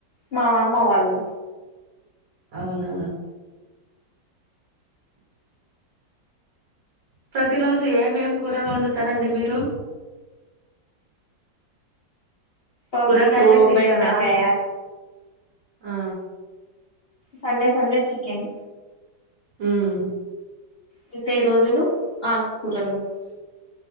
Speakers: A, on the left; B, on the right.
A: మా అమ్మ వాళ్ళు
B: అవునా ప్రతి రోజు ఏమేం కూరలు వండుతారండి మీరు
A: పప్పు
B: కూరకాయలే తింటారా
A: బెండకాయ
B: ఆ
A: సండే సండే చికెన్
B: ఉమ్
A: మిగతావి రోజులు ఆకు కూరలు